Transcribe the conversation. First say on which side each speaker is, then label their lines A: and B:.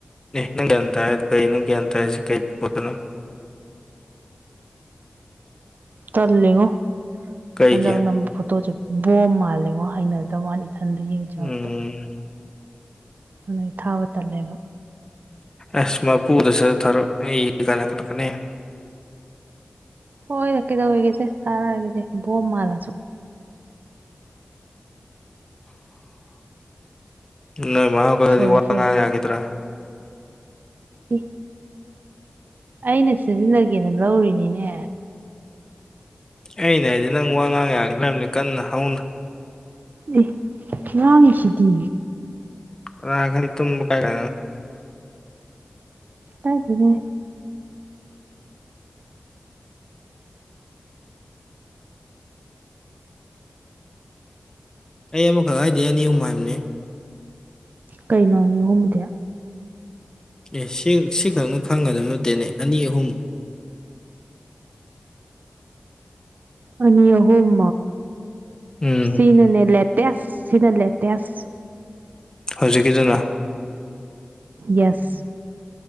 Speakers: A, on the left (about 25°); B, on the right (about 80°).
A: ꯪ ꯭ꯌꯥꯟꯇ ꯍꯥꯏ ꯀꯩꯅꯪ ꯭ꯌꯥꯟꯇ ꯍꯥꯏꯁꯤ ꯀꯩ ꯄꯣꯠꯇꯅꯣ
B: ꯇ ꯂꯩꯉꯣ
A: ꯀꯩꯒꯤ
B: ꯍꯗꯒ ꯅꯝ ꯐꯇꯣ ꯆ ꯕꯣꯝ ꯃꯥꯜꯂꯦꯉꯣ ꯍꯩꯅꯗꯕꯅꯤ ꯏꯊꯟꯗ ꯌꯦꯡꯖꯕꯗ
A: ꯎꯝ
B: ꯑꯗꯨꯅꯩ ꯊꯥꯕ ꯇꯜꯂꯦꯕ
A: ꯑꯁ ꯃꯄꯨꯗꯁꯨ ꯊꯔꯛ ꯀꯥꯏꯅ ꯈꯠꯂꯛꯀꯅꯤ
B: ꯍꯣꯏꯗ ꯀꯩꯗꯧꯋꯦꯒꯦꯁꯦ ꯊꯥꯔꯛꯑꯒꯦꯁꯦ ꯕꯣꯝ ꯃꯥꯜꯂꯁꯨ
A: ꯅꯣꯢ ꯃꯥ ꯄꯥꯢꯔꯗꯤ
B: ꯐꯨꯔꯦ
A: ꯋꯥ
B: ꯐꯨꯔꯦ
A: ꯉꯥꯡ ꯌꯥꯒꯤꯗ꯭ꯔꯦ
B: ꯏ ꯑꯩꯅ ꯁꯤꯖꯤꯟꯅꯒꯦꯅ ꯂꯧꯔꯤꯅꯤꯅꯦ
A: ꯑꯩꯅ ꯍꯥꯏꯗꯤ ꯅꯪ ꯋꯥ ꯉꯥꯡ ꯌꯥꯒꯦ ꯅꯪ ꯀꯟꯅ ꯍꯧꯅ
B: ꯑꯦ ꯉꯥꯡꯢꯁꯤꯗꯤ
A: ꯀꯅꯥ ꯈꯪꯅꯤ ꯇꯨꯝ ꯀꯥꯏ ꯀ
B: ꯀꯥꯢꯗꯦꯍꯦ
A: ꯑꯩ ꯑꯃꯈꯛ ꯍꯥꯏꯗꯦ ꯑꯅꯤ ꯑꯍꯨꯝ ꯍꯥꯏꯕꯅꯦ
B: ꯀꯩꯅꯣ ꯅꯤꯍꯣꯝꯗꯤ
A: ꯑꯦ ꯁꯤ ꯁꯤꯈꯛꯅ ꯈꯪꯒꯗꯕ ꯅꯠꯇꯦꯅꯦ ꯑꯅꯤ ꯑꯍꯨꯝ
B: ꯑꯅꯤ ꯑꯍꯨꯝ
A: ꯎꯝ
B: ꯁꯤꯅꯅꯦ ꯂꯦꯇꯦꯁ ꯁꯤꯅ ꯂꯦꯇꯦꯁ
A: ꯍꯧꯖꯤꯛꯀꯤꯗꯨꯅ
B: ꯌꯦꯁ